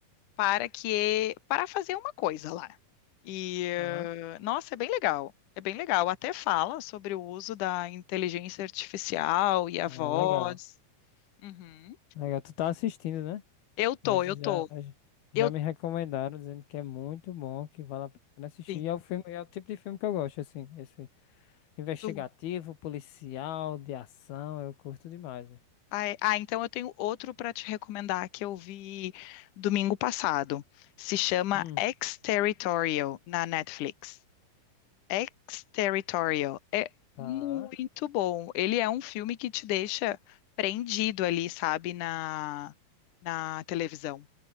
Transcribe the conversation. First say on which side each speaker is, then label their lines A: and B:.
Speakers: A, on the left (about 65°); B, on the left (about 80°).
A: para que para fazer uma coisa lá. E eh,
B: Aham.
A: nossa, é bem legal. É bem legal. Até fala sobre o uso da inteligência artificial e a
B: Ah,
A: voz.
B: legal.
A: Uhum.
B: Legal, tu tá assistindo, né?
A: Eu tô,
B: Mas
A: eu
B: já,
A: tô.
B: já
A: Eu
B: me recomendaram, dizendo que é muito bom, que vale a pena assistir.
A: sim,
B: E é o filme, é o tipo de filme que eu gosto, assim, esse investigativo,
A: tu.
B: policial, de ação, eu curto demais, velho.
A: Ah, é- ah, então eu tenho outro para te recomendar que eu vi domingo passado. Se chama
B: Hum,
A: Ex-Territorial na Netflix. Exterritorial é
B: tá.
A: muito bom. Ele é um filme que te deixa prendido ali, sabe, na, na televisão.